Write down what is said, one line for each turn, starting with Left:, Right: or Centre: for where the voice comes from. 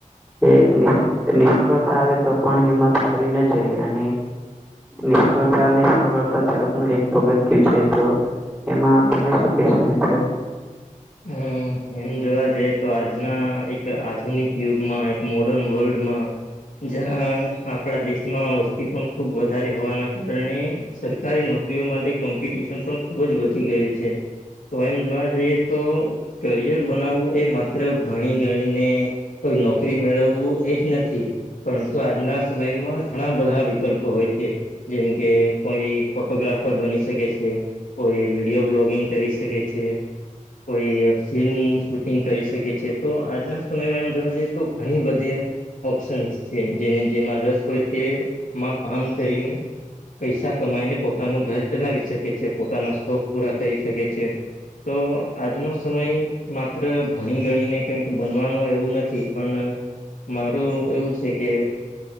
Centre: એ નિષ્ફળતા આવે તો પણ હિંમત હારવી ન જઈએ અને નિષ્ફળતા અને સફળતા તરફનું એક પગ થિયું તો એમાં તમે શું કેશો મિત્ર.
Left: હમ્મ એમ જોવા જઈએ તો આજના એક આ આધુનિક યુગમાં એક મોર્ડર્ન વર્લ્ડમાં જ્યાં આપણા દેશમાં વસ્તી પણ ખુબ વધારે હોવાના કારણે સરકારી નોકરીઓ માટે કોમ્પિટિશન પણ ખુબ જ વધી ગયું છે. તો એમ જોવા જઈએ તો કરિયર બનાવવું એ માત્ર ભણી ગણીને કોઈ નોકરી મેળવવું એજ નથી. પરંતુ આજના સમયમાં ઘણા બધા વિકલ્પો હોય છે. જેમ કે કોઈ ફોટોગ્રાફર બની શકે છે. કોઈ વિડીયો વલોગિંગ કરી શકે છે. કોઈ ફિલ્મ શૂટિંગ કરી શકે છે તો આજના સમયમાં એમ જોવા જઈએ તો ઘણી બધી ઓપ્શન્સ છે જેને જેમાં રસ હોય તેમાં કામ કરીને પૈસા કમાઈને પોતાનું ઘર ચલાવી શકે છે પોતાના શોખ પૂરા કરી શકે છે તો આજનો સમય માત્ર ભણી ગણીને કઈક બનવાનો એવું નથી પણ મારું એવું છે કે